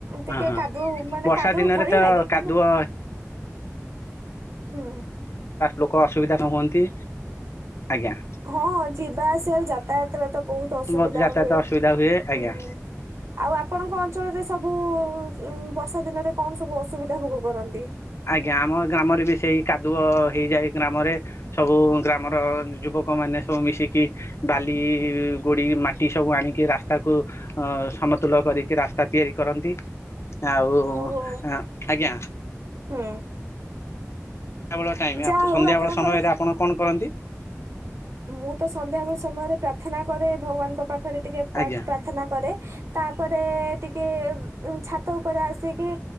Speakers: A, on the right; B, on the left.
A: ଟିକେ
B: ହଁ ହଁ
A: କାଦୁଅ, ମାନେ
B: ବର୍ଷା
A: କାଦୁଅ
B: ଦିନରେ
A: ଭଳି
B: ତ
A: ଲାଗେ
B: କାଦୁଅ
A: କିନ୍ତୁ ହୁଁ
B: ଲୋକ ଅସୁବିଧା ନ ହୁଅନ୍ତି। ଆଜ୍ଞା।
A: ହଁ ଯିବା ଆସିଆରେ ଯାତାୟତରେ ତ ବହୁତ୍ ଅସୁବିଧା
B: ବହୁତ ଯାତାୟାତ
A: ହୁଏ।
B: ଅସୁବିଧା ହୁଏ,
A: ହୁଁ
B: ଆଜ୍ଞା।
A: ଆଉ ଆପଣଙ୍କ ଅଞ୍ଚଳରେ ସବୁ ବର୍ଷା ଦିନରେ କଣ ସବୁ ଅସୁବିଧା ଭୋଗ କରନ୍ତି?
B: ଆଜ୍ଞା ଆମ ଗ୍ରାମରେ ବି ସେଇ କାଦୁଅ ହେଇଯାଏ ଗ୍ରାମରେ। ସବୁ ଗ୍ରାମର ଯୁବକ ମାନେ ସବୁ ମିଶିକି ବାଲି, ଗୋଡି, ମାଟି ସବୁ ଆଣିକି ରାସ୍ତାକୁ ଅ ସମତୁଲ କରିକି ରାସ୍ତା ତିଆରି କରନ୍ତି, ଆଉ
A: ଓହୋ
B: ଆଜ୍ଞା
A: ହୁଁ।
B: ସନ୍ଧ୍ୟାବେଳ ଟାଇମ
A: ଯାହା
B: ଆପ
A: ହଉ
B: ସନ୍ଧ୍ୟାବେଳ
A: ଆପଣଙ୍କର
B: ସମୟ ରେ ଆପଣ କଣ କରନ୍ତି?
A: ମୁଁ ତ ସନ୍ଧ୍ୟାବେଳ ସମୟରେ ପ୍ରାର୍ଥନା କରେ ଭଗବାନଙ୍କ ପାଖରେ ଟିକେ ପ୍ରାର୍ଥନା
B: ଆଜ୍ଞା
A: କରେ। ତାପରେ ଟିକେ ଛାତ ଉପରେ ଆସିକି